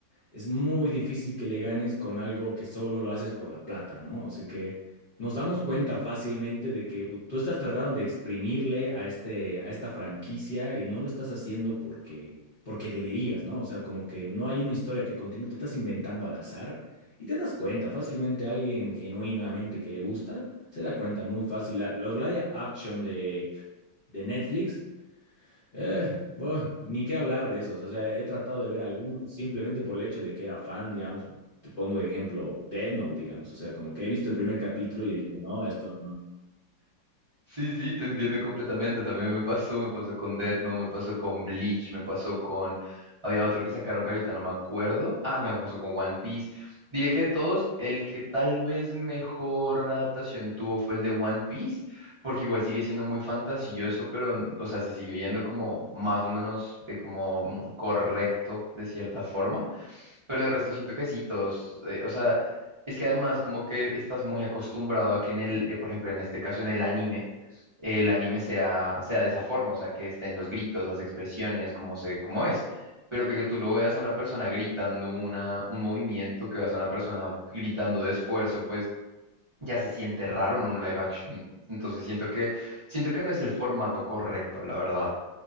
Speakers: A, on the left; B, on the right.
A: es muy difícil que le ganes con algo que solo lo haces por la plata, ¿no? Así que nos damos cuenta fácilmente de que u- tú estás tratando de exprimirle a este, a esta franquicia y no lo estás haciendo porque, porque deberías, ¿no? O sea, como que no hay una historia que continúe, te estás inventando al azar y te das cuenta fácilmente alguien genuinamente que le gusta, se da cuenta muy fácil. La- los live action de, de Netflix. Eh, bueno, ni qué hablar de esos. O sea, he tratado de ver algunos simplemente por el hecho de que era fan, digamos. Te pongo de ejemplo Death Note, digamos. O sea, como que he visto el primer capítulo y he dicho, no, esto no.
B: Sí, sí, te entiendo completamente. También me pasó, me pasó con Death Note, me pasó con Bleach, me pasó con... Había otro que sacaron que ahorita no me acuerdo. Ah, me pasó con One Piece. Diría que de todos, el que tal vez mejor adaptación tuvo fue el de One Piece, porque igual sigue siendo muy fantasioso, pero, mm, o sea, se sigue viendo como más o menos eh, como mm, correcto de cierta forma. Pero de resto siento que sí, todos, eh, o sea, es que además como que estás muy acostumbrado a que en el, eh, por ejemplo, en este caso en el anime, el anime sea, sea de esa forma, o sea, que estén los gritos, las expresiones, como se, como es, pero que, tú lo veas a una persona gritando una, un movimiento, que veas a una persona gritando de esfuerzo, pues ya se siente raro en un live action. Entonces siento que, siento que no es el formato correcto, la verdad.